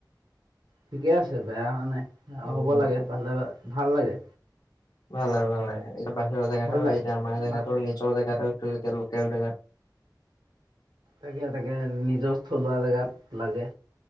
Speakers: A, on the right (about 80°); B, on the left (about 55°).
A: ঠিকে আছে, বেয়া হোৱা নাই। আও
B: উম
A: হ'ব লাগে ভালে ভাল লাগে।
B: ভাল লাগে, ভাল লাগে। এইটো বাহিৰৰ জেগাতো
A: ভাল
B: হয়,
A: লাগে
B: এতিয়া আমাৰ জেগাতো
A: ভাল
B: নিজৰ জেগাতো <unintelligible> লোকেল জেগাত।
A: তাকে তাকে নিজৰ থলুৱা জেগাত। লাগে